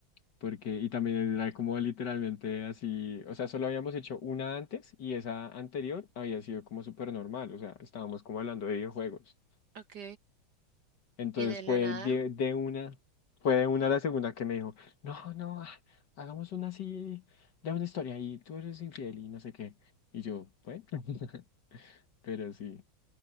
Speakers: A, on the left; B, on the right.
A: Porque, y también era como literalmente así, o sea, solo habíamos hecho una antes y esa anterior había sido como súper normal, o sea, estábamos como hablando de videojuegos.
B: Ok.
A: Entonces
B: Y de la
A: fue
B: nada,
A: de, de una, fue de una a la segunda que me dijo, no, no, ah, hagamos una así, de una historia y tú eres infiel y no sé qué. Y yo, bueno, <laughs> pero sí.